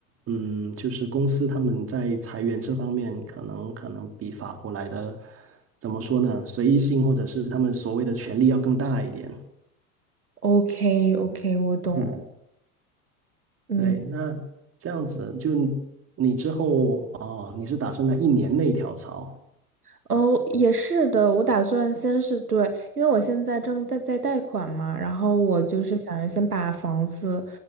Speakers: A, on the right (about 30°); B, on the right (about 80°).
A: 嗯，就是公司他们在裁员这方面，可能可能比法国来的，怎么说呢？随意性或者是他们所谓的权利要更大一点。
B: OK OK，我懂。
A: 嗯，
B: 嗯。
A: 对，那这样子就你之后哦，你是打算在一年内跳槽？
B: 哦，也是的，我打算先是对，因为我现在正在在贷款嘛，然后我就是想着先把房子，